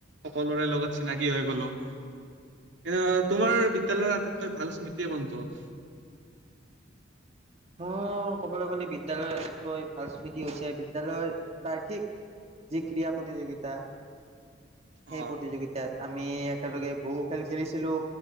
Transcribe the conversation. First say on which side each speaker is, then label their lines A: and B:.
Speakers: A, on the right; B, on the right.
A: সকলোৰে লগত চিনাকি হৈ গলো। এ তোমাৰ বিদ্যয়ালয়ৰ আটাইতকৈ ভাল স্মৃতিয়ে কোনটো? <inaudible>
B: মই ক'বলৈ গ'লে বিদ্যয়ালয়ৰ আটাইতকৈ ভাল স্মৃতি হৈছে বিদ্যালয়ৰ বাৰ্ষিক যি ক্ৰীড়া প্ৰতিযোগিতা সেই
A: অ',
B: প্ৰতিযোগিতাত আমি একেলগে বহু খেল খেলিছিলোঁ